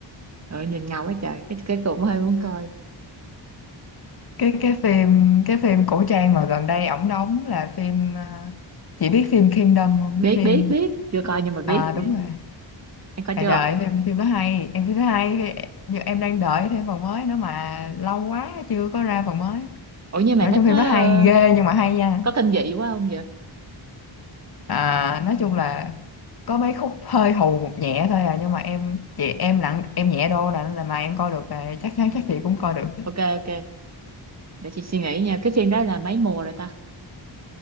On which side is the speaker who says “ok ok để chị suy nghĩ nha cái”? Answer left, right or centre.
Right